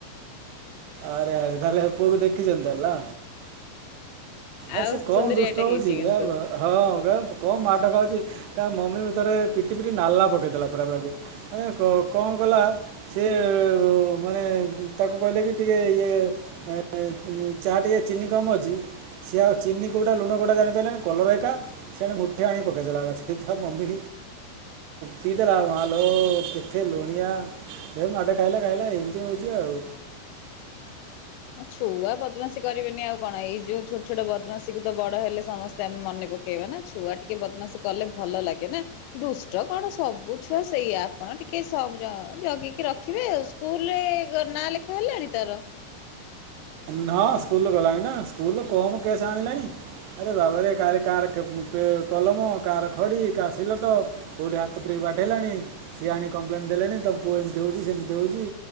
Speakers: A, on the right (about 80°); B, on the left (about 85°).
A: ଆରେ ଆରେ ତାହେଲେ ପୁଅକୁ ଦେଖିଛନ୍ତି ହେଲା। ଆ
B: ଆଉ
A: ସେ କଣ
B: ସୁନ୍ଦରିଆଟେ
A: ଦୁଷ୍ଟ ହଉଛି
B: ହେଇଛି କିନ୍ତୁ।
A: ଆ ହଁ। କଣ ମାଠ ଖାଉଛି ତା ମମି ଥରେ ପିଟି ପିଟି ନାଲଲା ପକେଇଦେଲା ପରାପରାକୁ କଣ କଲା ସେ ମାନେ ତାକୁ କହିଲେ ବି ଟିକେ ଇଏ ଚାହା ଟିକେ ଚିନି କମ୍ ଅଛି। ସିଏ ଆଉ ଚିନି କୋଉଟା ଲୁଣ କୋଉଟା ଜାଣିଦେଲେ କଲର ଏକା ସେଣେ ଗୋଠେ ଆଣି ପକେଇଦେଲା ମମି ପିଇଦେଲାଲୋେ ଲୁଣିଆଟେ ଖାଇଲା ଖାଇଲା ଏମତି ହଉଛି ଆଉ।
B: ଛୁଆ ବଦମାସି କରିବେନି ଆଉ କଣ ଏଇ ଯୋଉ ଛୋଟ ଛୋଟ ବଦମାସୀ କୁ ତ ବଡ ହେଲେ ସମସ୍ତେ ଆମେ ମନେ ପକେଇବା ନା ଛୁଆ ଟିକେ ବଦମାସି କଲେ ଭଲ ଲାଗେ ନା ଦୁଷ୍ଟ କଣ ସବୁ ଛୁଆ ସେଇଆ ଆପଣ ଟିକେ ଜଗିକି ରଖିବେ ଆଉ ସ୍କୁଲରେ ନାଁ ଲେଖା ହେଲାଣି ତାର।
A: ନାଁ ସ୍କୁଲ ଗଲାଣି ନା ସ୍କୁଲ କମ୍ କେସ୍ ଆଣିଲାଣି ଆରେ ବାବାରେ କା କାହାର କଲମ କାହାର ଖଡ଼ି କାହା ସିଲଟ କେଉଁଠି ହାତ ଫିକ ବା଼େଇଲାଣି ସିଏ ଆଣି କମ୍ପ୍ଲେନ୍ ଦେଲେଣି ତମ ପୁଅ ଏମିତି ହେଉଛି ସେମିତି ହେଉଛି